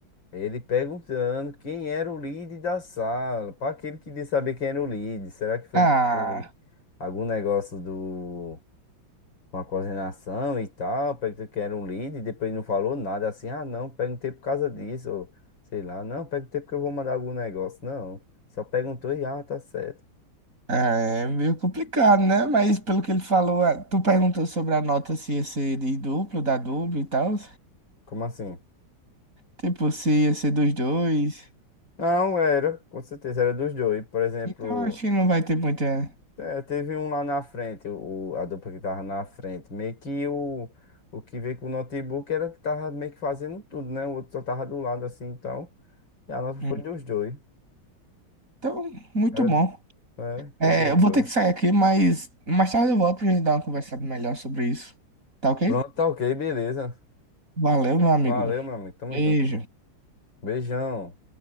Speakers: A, on the left; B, on the right.
A: ele perguntando quem era o lead da sala, pra aquele que queria saber quem era o lead, será que foi
B: Ah,
A: porque algum negócio do com a coordenação e tal, perguntei que era um líder, e depois não falou nada assim, ah não, perguntei por causa disso, ou sei lá, não, perguntei porque eu vou mandar algum negócio, não, só perguntou e ah, tá certo.
B: é meio complicado, né? Mas pelo que ele falou, ah, tu perguntou sobre a nota se ia ser de duplo, da dupla e tal.
A: Como assim?
B: Tipo, se ia ser dos dois.
A: Não, era, com certeza, era dos dois, por exemplo,
B: Então acho que não vai ter muita.
A: é, teve um lá na frente, o, o- a dupla que tava na frente, meio que o, o que veio com o notebook era que tava meio que fazendo tudo, né, o outro só tava do lado assim, então, e a nota
B: Hum.
A: foi dos dois,
B: Então, muito
A: era,
B: bom.
A: é,
B: É,
A: foi dos
B: eu vou
A: dois.
B: ter que sair aqui, mas mais tarde eu volto pra gente dar uma conversada melhor sobre isso. Tá ok?
A: Pronto, tá ok, beleza.
B: Valeu, meu amigo.
A: Valeu, meu amigo. Tamo
B: Beijo.
A: junto. Beijão.